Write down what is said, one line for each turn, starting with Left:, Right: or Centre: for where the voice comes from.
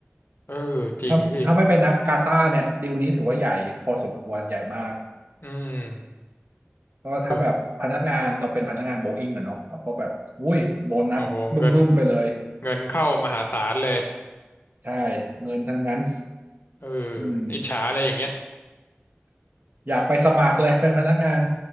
Left: เออจริงพี่
Right: ถ้าถ้าไม่ไปนับกาตาร์เนี่ยดีลนี้ถือว่าใหญ่พอสมควรใหญ่มาก
Left: อืม
Right: ก็ถ้าแบบพนักงานเราเป็นพนักงานโบอิ้งอะเนาะเราก็แบบอุ้ยโบนัสบึ้มๆไปเลย
Left: เออโอ้โหเงิน เงินเข้ามหาศาลเลย
Right: ใช่เงินทั้งนั้น
Left: เออ
Right: อืม
Left: อิจฉาอะไรอย่างเงี้ย
Right: อยากไปสมัครเลยเป็นพนักงาน